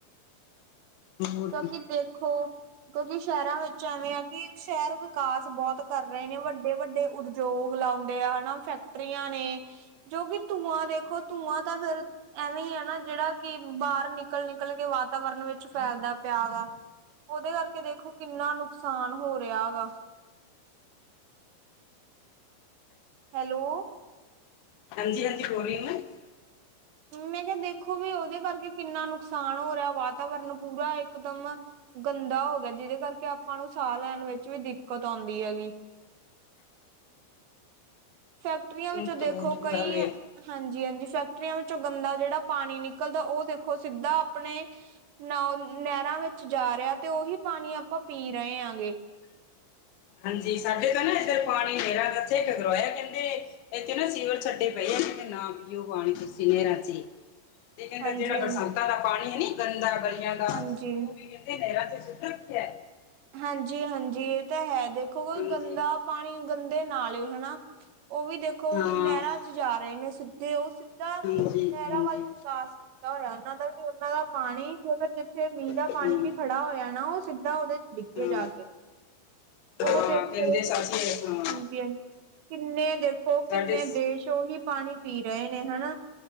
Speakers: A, on the left (about 75°); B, on the right (about 70°).
A: ਹੋਰ
B: ਕਿਉਂਕਿ
A: ਕੀ
B: ਦੇਖੋ ਕਿਉਂਕਿ ਸ਼ਹਿਰਾਂ ਵਿੱਚ ਐਵੇਂ ਆ ਕਿ ਸ਼ਹਿਰ ਵਿਕਾਸ ਬਹੁਤ ਕਰ ਰਹੇ ਨੇ, ਵੱਡੇ-ਵੱਡੇ ਉਦਯੋਗ ਲਾਉਂਦੇ ਆ ਹਨਾ ਫੈਕ ਰੀਆਂ ਨੇ ਜੋ ਕਿ ਧੂੰਆਂ ਦੇਖੋ ਧੂੰਆਂ ਤਾਂ ਫੇਰ ਐਵੇਂ ਹੀ ਆ ਨਾ ਜਿਹੜਾ ਕਿ ਬਾਰ ਨਿਕਲ-ਨਿਕਲ ਕੇ ਵਾਤਾਵਰਨ ਵਿੱਚ ਫੈਲਦਾ। ਪਿਆ ਗਾ ਉਹਦੇ ਕਰਕੇ ਦੇਖੋ ਕਿੰਨਾ ਨੁਕਸਾਨ ਹੋ ਰਿਹਾ ਹੈ ਗਾ ਹੈਲੋ
A: ਹਾਂਜੀ-ਹਾਂਜੀ, ਬੋਲ ਰਹੀ ਮੈਂ
B: ਮੈਂ ਕਿਹਾ ਦੇਖੋ ਵੀ ਉਹਦੇ ਕਰਕੇ ਕਿੰਨਾ ਨੁਕਸਾਨ ਹੋ ਰਿਹਾ ਵਾਤਾਵਰਨ ਪੂਰਾ ਇਕਦਮ ਗੰਦਾ ਹੋ ਗਿਆ ਜਿਹਦੇ ਕਰਕੇ ਆਪਾਂ ਨੂੰ ਸਾਹ ਲੈਣ ਵਿੱਚ ਵੀ ਦਿੱਕਤ ਆਉਂਦੀ ਹੈਗੀ ਫੈਕਟਰੀਆਂ ਵਿੱਚ
A: ਹੁਣ ਤਾਂ
B: ਦੇਖੋ
A: ਬਹੁਤ ਬੁਰਾ
B: ਕਈ,
A: ਹਾਲ ਹੋਇਆ
B: ਹਾਂਜੀ-ਹਾਂਜੀ ਫੈਕਟਰੀਆਂ ਵਿੱਚੋਂ ਗੰਦਾ ਜਿਹੜਾ ਪਾਣੀ ਨਿਕਲਦਾ ਉਹ ਦੇਖੋ ਸਿੱਧਾ ਆਪਣੇ ਨਾ ਨਹਿਰਾਂ ਵਿੱਚ ਜਾ ਰਿਹਾ ਤੇ ਉਹੀ ਪਾਣੀ ਆਪਾਂ ਪੀ ਰਹੇ ਹਾਂ ਗੇ
A: ਹਾਂਜੀ, ਸਾਡੇ ਕਾਰ ਨਾ ਇੱਧਰ ਪਾਣੀ ਨੇਰਾਂ ਦਾ ਇੱਥੇ ਇੱਕ ਗਰੋਇਆ ਕਹਿੰਦੇ ਇੱਥੇ ਨਾ ਸੀਵਰ ਛੱਡੇ ਪਏ ਆ ਨਾਂ ਪੀਓ ਪਾਣੀ ਤੁਸੀਂ ਨੇਰਾਂ ਚ
B: <inaudible>
A: ਤੇ ਕਹਿੰਦੇ
B: ਹਾਂਜੀ
A: ਜਿਹੜਾ ਬਰਸਾਤਾਂ
B: ਹਾਂਜੀ
A: ਦਾ ਪਾਣੀ ਐ ਨੀ ਗੰਦਾ ਗਲੀਆਂ ਦਾ
B: ਹਾਂਜੀ
A: ਉਹ ਵੀ ਕਹਿੰਦੇ ਨਹਿਾਂ ਚ ਸੂਟ ਰੱਖਿਆ
B: ਹਾਂਜੀ-ਹਾਂਜੀ, ਇਹ ਤਾਂ ਹੈ, ਦੇਖੋ ਕੋਈ
A: ਹਾਂਜੀ
B: ਗੰਦਾ ਪਾਣੀ ਗੰਦੇ ਨਾਲੇ ਹਨਾ ਉਹ ਵੀ ਦੇਖੋ
A: ਹਾਂ
B: ਨਹਿਰਾਂ ਚ ਜਾ ਰਹੇ ਨੇ ਸਿੱਧੇ ਉਹ ਸਿੱਧਾ
A: ਹਾਂਜੀ
B: ਨਹਿਰਾਂ
A: ਹਾਂਜੀ
B: ਵੱਲ ਵਿਕਾਸ ਕੀਤਾ ਹੋਇਆ ਉਹਨਾਂ ਦਾ ਵੀ ਉਹਨਾਂ ਦਾ ਪਾਣੀ ਜੇਕਰ ਜਿੱਥੇ ਮੀਂਹ ਦਾ
A: ਹਮ,
B: ਪਾਣੀ ਵੀ ਖੜਾ ਹੋਇਆ ਨਾ ਉਹ ਸਿੱਧਾ ਉਹਦੇ ਡਿੱਗੇ
A: ਹਾਂ
B: ਜਾ ਕੇ, ਉਹ
A: ਹਾਂ
B: ਦੇਖੋ,
A: ਕਹਿੰਦੇ ਸਾਸੀ ਹਾਂ
B: ਹਾਂਜੀ-ਹਾਂਜੀ ਕਿੰਨੇ ਦੇਖੋ
A: ਸਾਡੇ
B: ਕਿੰਨੇ ਦੇਸ਼ ਉਹੀ ਪਾਣੀ ਪੀ ਰਹੇ ਨੇ ਹਨਾ